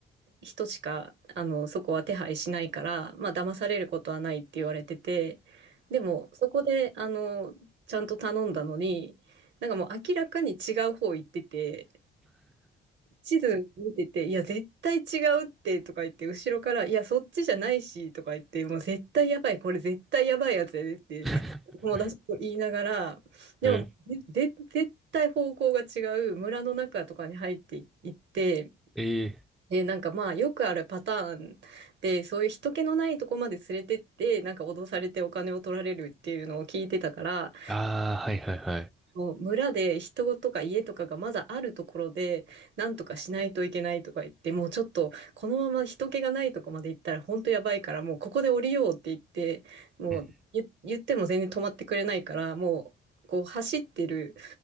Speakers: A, on the right; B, in the centre.
A: 人しか、あの、そこは手配しないから、まあ、騙されることはないって言われてて、でも、そこで、あの、ちゃんと頼んだのに、なんかもう明らかに違う方行ってて、地図見てて、いや、絶対違うってとか言って、後ろから、いや、そっちじゃないしとか言って、もう絶対やばい、これ絶対やばいやつやでって、
B: うん <laughs>
A: 友達と言いながら、でも、
B: はい。
A: ぜぜ絶対方向が違う村の中とかに入っていって、
B: ええ
A: で、なんかまあよくあるパターンで、そういう人気のないとこまで連れてって、なんか脅されてお金を取られるっていうのを聞いてたから、
B: ああ、はいはいはい。
A: もう村で人とか家とかがまだあるところで、なんとかしないといけないとか言って、もうちょっとこのまま人気がないとこまで行ったら本当やばいから、もうここで降りようって言って、もう言、
B: うん
A: 言っても全然止まってくれないから、もうこう走ってる